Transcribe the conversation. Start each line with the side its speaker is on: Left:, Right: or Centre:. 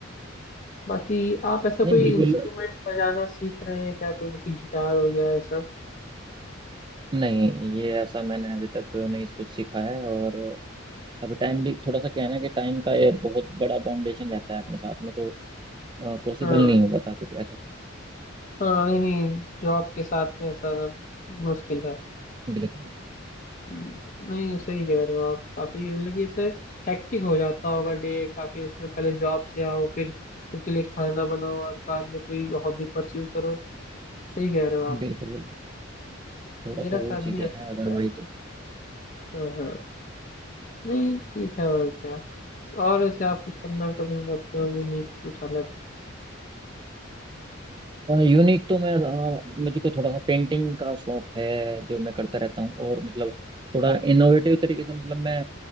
Left: बाकी आप ऐसा
Right: नहीं
Left: कोई
Right: बिल्कुल
Left: इंस्ट्रूमेंट बजाना सीख रहे हैं क्या कोई जैसे गिटार हो गया ये सब
Right: नहीं ये ऐसा मैंने अभी तक नहीं कुछ सीखा है और अभी टाइम भी थोड़ा सा क्या है ना कि टाइम का ये बहुत बड़ा फाउंडेशन रहता है अपने साथ में तो पॉसिबल
Left: हाँ
Right: नहीं हो पाता कुछ ऐसा
Left: हाँ नहीं नहीं जॉब के साथ में ऐसा सब मुश्किल है
Right: बिल्कुल
Left: नहीं सही कह रहे हो आप काफी मतलब कि इससे हेक्टिक हो जाता होगा डे काफी उसमें पहले जॉब से आओ फिर खुद के लिए खाना बनाओ और बाद में कोई हॉबी परस्यू करो सही कह रहे हो आप
Right: बिल्कुल बिल्कुल थोड़ा
Left: मेरा
Right: सा
Left: साथ
Right: वही चीजें
Left: भी ऐसे
Right: हैं
Left: ही
Right: अदरवाइज
Left: होता है
Right: तो
Left: हाँ हाँ नहीं ठीक है और क्या और ऐसे आप कुछ करना पसंद करते हो यूनिक कुछ अलग
Right: यूनिक तो मैं अ, मुझको थोड़ा सा पेंटिंग का शौक है जो मैं करता रहता हूँ और मतलब थोड़ा इनोवेटिव तरीके से मतलब मैं